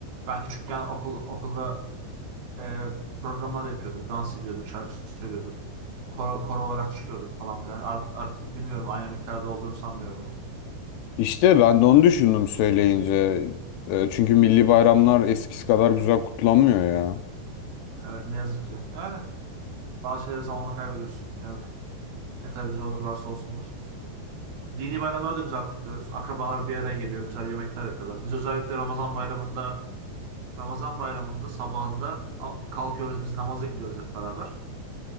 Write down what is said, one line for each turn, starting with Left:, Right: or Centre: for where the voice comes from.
Right: Ben küçükken okul okulda e, programlar yapıyorduk. Dans ediyorduk, şarkı söylüyorduk. Koro, koro olarak çıkıyorduk falan filan. Art- artık bilmiyorum aynı miktarda olduğunu sanmıyorum.
Left: İşte ben de onu düşündüm söyleyince. Ee, çünkü milli bayramlar eskisi kadar güzel kutlanmıyor ya.
Right: Evet ne yazık ki. Yani bazı şeyleri zamanla kaybediyorsun. Yani ne kadar güzel olurlarsa olsunlar. Dini bayramları da güzel kutluyoruz. Akrabalar bir araya geliyor. Güzel yemekler yapıyorlar. Biz özellikle Ramazan bayramında Ramazan bayramında sabahında a- kalkıyoruz biz namaza gidiyoruz hep beraber.